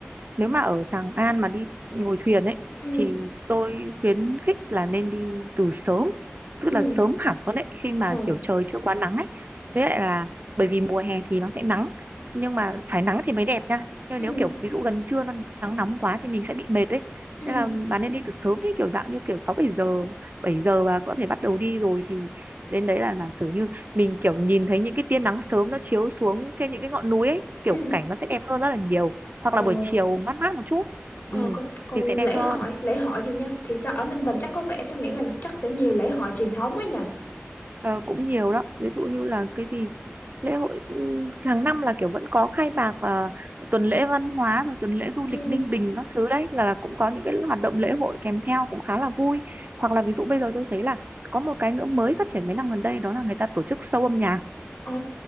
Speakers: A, on the right (about 45°); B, on the left (about 60°).
A: Nếu mà ở Tràng An mà đi ngồi thuyền ấy
B: Ừ,
A: thì tôi khuyến khích là nên đi từ sớm tức
B: ừ,
A: là sớm hẳn luôn đấy khi mà
B: ồ,
A: kiểu trời chưa quá nắng ấy với lại là bởi vì mùa hè thì nó sẽ nắng nhưng mà phải nắng thì mới đẹp nha nhưng
B: ừ,
A: nếu kiểu ví dụ gần trưa nó nắng nóng quá thì mình sẽ bị mệt ấy
B: ừ,
A: nên là bạn nên đi từ sớm đấy kiểu dạng như kiểu sáu bảy giờ 7 giờ và có thể bắt đầu đi rồi thì đến đấy là giả sử như mình kiểu nhìn thấy những cái tia nắng sớm nó chiếu xuống trên những cái ngọn núi ấy kiểu
B: ừ,
A: cảnh nó sẽ đẹp hơn rất là nhiều hoặc là
B: ồ,
A: buổi chiều mát mát một chút
B: ờ,
A: ừ,
B: còn, còn
A: thì sẽ đẹp
B: lễ
A: hơn
B: hội, lễ hội thì nhá, thì sao ở Ninh Bình chắc có vẻ tôi nghĩ là chắc sẽ nhiều lễ hội truyền thống ấy nhỉ?
A: Ờ, cũng nhiều đó ví dụ như là cái gì lễ hội ừ, hàng năm là kiểu vẫn có khai mạc và tuần lễ văn hóa rồi tuần lễ du
B: Ừ,
A: lịch Ninh Bình các thứ đấy là là cũng có những cái hoạt động lễ hội kèm theo cũng khá là vui hoặc là ví dụ bây giờ tôi thấy là có một cái nữa mới phát triển mấy năm gần đây đó là người ta tổ chức show âm nhạc
B: ồ,